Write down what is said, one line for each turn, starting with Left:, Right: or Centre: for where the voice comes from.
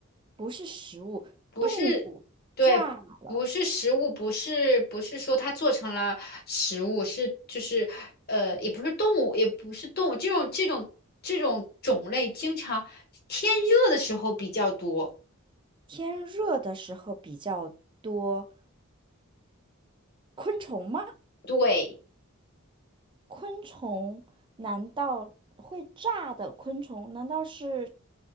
Right: 不是食物，
Left: 不是，
Right: 动物炸了。
Left: 对，不是食物，不是不是说它做成了食物，是就是呃，也不是动物，也不是动物，这种这种这种种类，经常天热的时候比较多。
Right: 天热的时候比较多，昆虫吗？
Left: 对，
Right: 昆虫难道会炸的昆虫？难道是